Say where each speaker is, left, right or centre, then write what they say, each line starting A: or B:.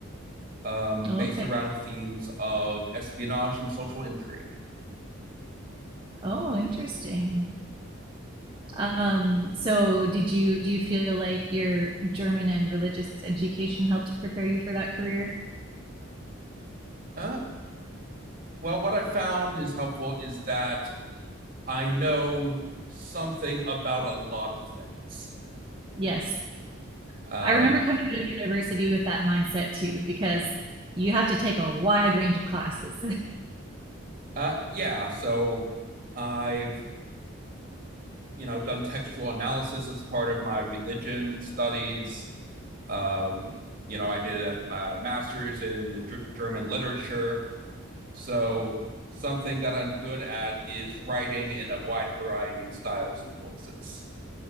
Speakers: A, on the right; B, on the right.
A: um,
B: Oh,
A: based
B: okay.
A: around themes of espionage and social intrigue.
B: Oh, interesting. Um, so, did you do you feel like your German and religious education helped prepare you for that career?
A: Uh, well, what I found is helpful is that I know something about a lot of things.
B: Yes.
A: Um,
B: I remember coming out of university with that mindset too, because you have to take a wide range of classes.
A: uh, yeah, so I've you know done textual analysis as part of my religion studies. Um, you know, I did a, my master's in German literature. So something that I'm good at is writing in a wide variety of styles and voices.